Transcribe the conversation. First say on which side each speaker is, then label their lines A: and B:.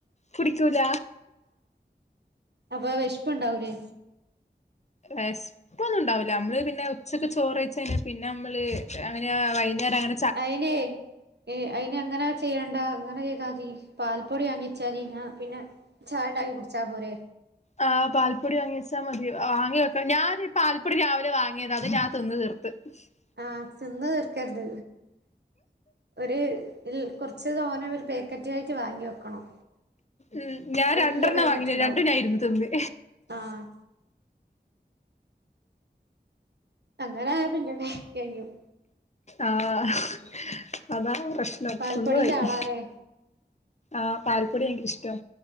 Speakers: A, on the left; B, on the right.
A: കുടിക്കൂല
B: അപ്പൊ വെശപ്പ് ഉണ്ടാവൂല്ലേ
A: വിശപ്പ് ഉണ്ടാവില്ല നമ്മള് പിന്നെ ഉച്ചക്കെ ചോറ്യിച്ച് പിന്നെ നമ്മള്
B: ആഹ്
A: അങ്ങനെ വൈകുന്നേര അങ്ങ
B: അയിനെ ഏ അയിന് എങ്ങനെ ചെയ്യണ്ട അങ്ങനെ ചെയ്താ മതി. പാല്പ്പൊടി വാങ്ങിച്ചാ മതി പിന്നെ ചായ ഉണ്ടാക്കി കുടിച്ചാ പോരെ
A: ആ പാൽപ്പൊടി വാങ്ങി വച്ചാൽ മതി, വാങ്ങി വെക്കാം ഞാൻ പാൽപ്പൊടി രാവിലെ വാങ്ങിയതാ അത് ഞാൻ തിന്ന് തീർക്കു. <unintelligible>
B: ആഹ് തിന്ന് തീർക്കരുത് ഒരു കുറച്ച് തോന പേക്കറ്റിനായിട്ട് വാങ്ങി വെക്കണം.
A: ഉം ഞാൻ
B: വല്യ
A: രണ്ടെണ്ണ
B: പാക്കറ്റ്
A: വാങ്ങേ
B: ഉണ്ടാവും
A: രണ്ടും ഞാൻ ഇര്ന്ന് തിന്ന്
B: ആഹ് അങ്ങന ആയ പിന്നെ കഴിയും
A: ആഹ് അതാ പ്രശ്നം
B: പാൽപ്പൊടിന്റെ
A: നിന്നുപോയി
B: ആളാല്ലേ
A: ആഹ് പാൽപ്പൊടി എനിക്ക ഇഷ്ടം